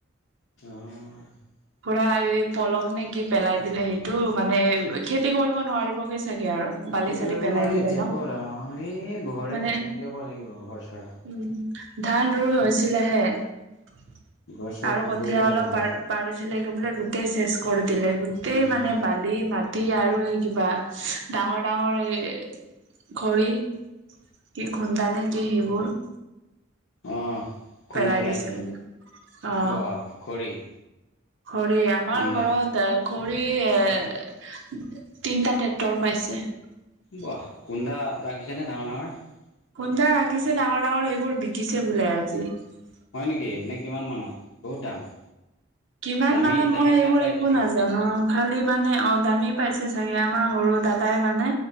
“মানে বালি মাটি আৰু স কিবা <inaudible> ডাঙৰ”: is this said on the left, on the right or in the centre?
Right